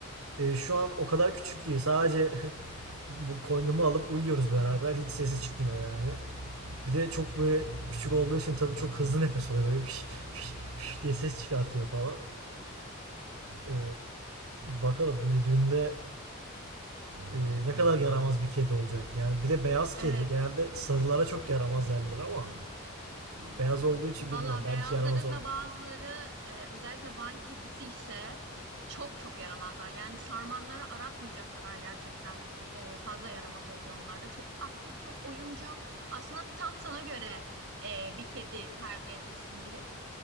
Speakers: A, on the right; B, on the right.
A: E, şu an o kadar küçük ki sadece <laughs> bu koynumu alıp uyuyoruz beraber. Hiç sesi çıkmıyor yani. Bir de çok böyle küçük olduğu için tabii çok hızlı nefes alıyor. Böyle "Hüş, hüş, hüş" diye ses çıkartıyor falan. E, bakalım büyüdüğünde e, ne kadar yaramaz bir kedi olacak. Yani bir de beyaz kedi
B: Evet.
A: genelde sarılara çok yaramaz derler ama beyaz olduğu için
B: Valla
A: bilmiyorum belki
B: beyazların
A: yaramaz olmaz.
B: da bazıları e, özellikle Van kedisi ise çok çok yaramazlar. Yani sarmanları aratmayacak kadar gerçekten e, fazla yaramaz oluyor onlar da. Çok aktif, çok oyuncu. Aslında tam sana göre e, bir kedi tercih etmişsin diyeyim.